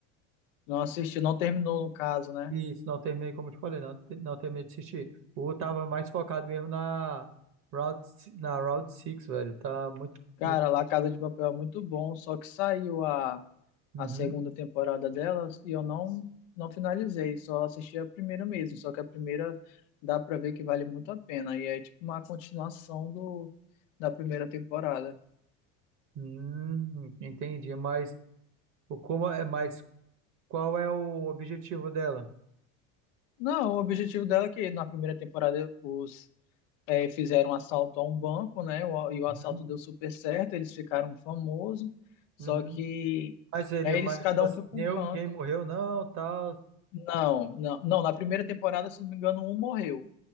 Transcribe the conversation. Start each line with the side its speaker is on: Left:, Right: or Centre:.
Left: Não assisti, não terminou no caso, né?
Right: E Isso, não terminei, como eu te falei, não, te- não terminei de assistir. O tava mais focado mesmo na Route, si- na Route 6, velho. Tá muito,
Left: Cara,
Right: muito.
Left: La Casa de Papel é muito bom, só que saiu a,
Right: Uhum.
Left: a segunda temporada delas e eu não, não finalizei, só assisti a primeira mesmo. Só que a primeira dá pra ver que vale muito a pena e é tipo uma continuação do, da primeira temporada.
Right: Hum, entendi, mas o como é, mas qual é o objetivo dela?
Left: Não, o objetivo dela é que na primeira temporada os é, fizeram um assalto a um banco, né? o- e o assalto
Right: Uhum.
Left: deu super certo, eles ficaram famosos, só
Right: Uhum.
Left: que
Right: Mas ele,
Left: aí
Right: mas
Left: eles cada
Right: tipo assim,
Left: um foi para
Right: ninguém
Left: um canto.
Right: morreu, não, tal.
Left: Não, não, não, na primeira temporada, se não me engano, um morreu